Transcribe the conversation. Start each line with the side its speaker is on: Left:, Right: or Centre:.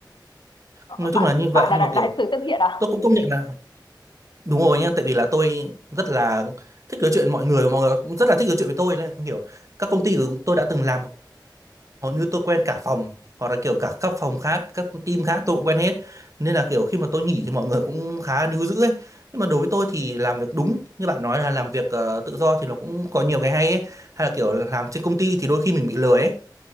Left: Ờ,
Right: nói
Left: bạn
Right: chung là như
Left: bạn
Right: vậy
Left: là
Right: nhưng
Left: đại,
Right: mà kiểu
Left: đại sứ thân thiện à
Right: tôi cũng công nhận là đúng rồi nha tại vì là tôi rất là thích nói chuyện với mọi người và mọi người cũng rất là thích nói chuyện với tôi nên kiểu các công ty của tôi đã từng làm hầu như tôi quen cả phòng hoặc là kiểu cả các phòng khác các team khác tôi cũng quen hết nên là kiểu khi mà tôi nghỉ thì mọi người cũng khá níu giữ ấy nhưng mà đối với tôi thì làm việc đúng như bạn nói là làm việc ờ, tự do thì nó cũng có nhiều cái hay ấy hay là kiểu làm trên công ty thì đôi khi mình bị lười ấy